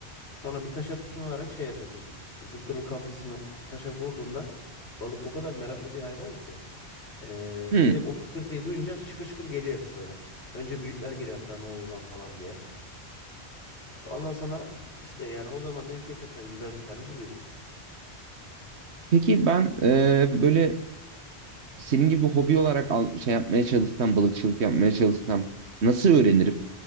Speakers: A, on the left (about 80°); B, on the right (about 80°).
A: Sonra bir taşa tutunarak şey yapıyorsun. Zıpkının kablosunu taşa vurduğunda balık o kadar meraklı bir hayvan ki eee,
B: Hı.
A: direkt o tıkırtıyı duyunca şıkır şıkır geliyor hepsi böyle. Önce büyükler geliyor hatta ne oluyor lan falan diye. Ondan sana işte yani o zaman denk getirsen güzel bir tane vuruyorsun.
B: Peki ben e, böyle senin gibi hobi olarak al, şey yapmaya çalışsam, balıkçılık yapmaya çalışsam nasıl öğrenirim?